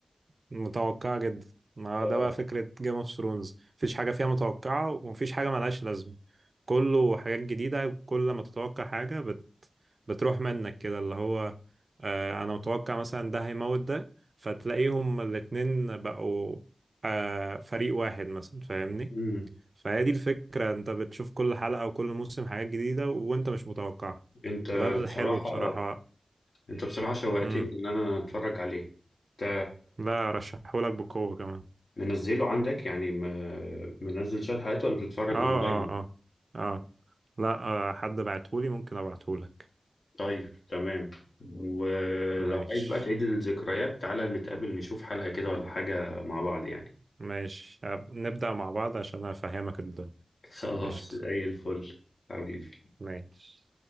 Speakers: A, on the right; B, on the left.
A: متوقعة جدا ما
B: اه
A: هو ده بقى فكرة جيم اوف ثرونز مفيش حاجة فيها متوقعة ومفيش حاجة ملهاش لازمة كله حاجات جديدة كل ما تتوقع حاجة بت... بتروح منك كده اللي هو آه أنا متوقع مثلا ده هيموت ده فتلاقيهم الاتنين بقوا آه فريق واحد مثلا فاهمني
B: امم
A: فهي دي الفكرة انت بتشوف كل حلقة وكل موسم حاجات جديدة وانت مش متوقعها
B: انت
A: فده الحلو
B: بصراحة
A: بصراحة
B: انت بصراحة شوقتني
A: مم.
B: ان انا اتفرج عليه انت
A: لا أرشحهولك بقوة كمان
B: منزله عندك يعني ما- منزل شوية حلقات ولا بتتفرج
A: اه اه
B: اونلاين؟
A: اه اه لا آه حد بعتهولي ممكن ابعتهولك
B: طيب تمام ولو
A: ماشي
B: عايز بقى تعيد الذكريات تعالى نتقابل نشوف حلقة كده ولا حاجة مع بعض يعني
A: ماشي هب- نبدأ مع بعض عشان افهمك الدنيا
B: خلاص
A: قشطة
B: زي الفل حبيبي
A: ماشي